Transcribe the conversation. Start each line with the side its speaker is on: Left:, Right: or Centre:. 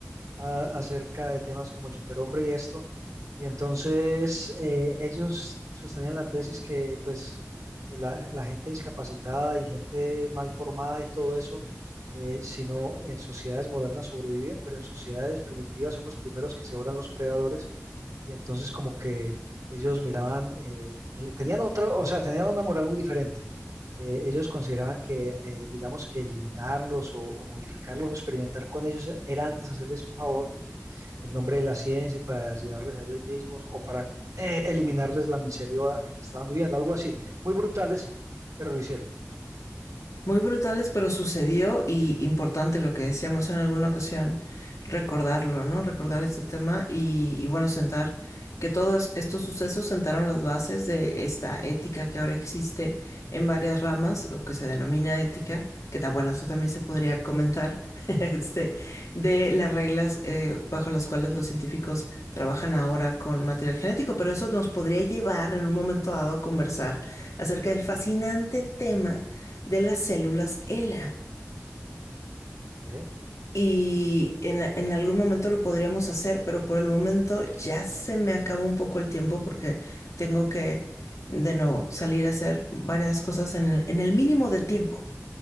Right: a- acerca de temas como el superhombre y esto. Y entonces eh, ellos sostenían la tesis que pues la, la gente discapacitada y gente mal formada y todo eso, eh, si no en sociedades modernas sobreviven, pero en sociedades primitivas son los primeros que se oran los predadores. Y entonces como que ellos miraban, eh, mi- tenían otra, o sea, tenían una moral muy diferente. Eh, ellos consideraban que, eh, digamos, que eliminarlos o o modificarlos o experimentar con ellos era antes hacerles un favor en nombre de la ciencia y para ayudarles a ellos mismos o para eh, eliminarles la miseria en que estaban viviendo, algo así. Muy brutales, pero lo hicieron.
Left: Muy brutales, pero sucedió y importante lo que decíamos en alguna ocasión, recordarlo, ¿no? Recordar este tema y, y bueno, sentar que todos estos sucesos sentaron las bases de esta ética que ahora existe en varias ramas o que se denomina ética, que está bueno, eso también se podría comentar, <laughs> este, de las reglas eh, bajo las cuales los científicos trabajan ahora con material genético, pero eso nos podría llevar en un momento dado a conversar acerca del fascinante tema de las células ELA.
Right: Ok.
Left: Y en, en, algún momento lo podríamos hacer, pero por el momento ya se me acabó un poco el tiempo porque tengo que, de nuevo, salir a hacer varias cosas en el, en el mínimo de tiempo.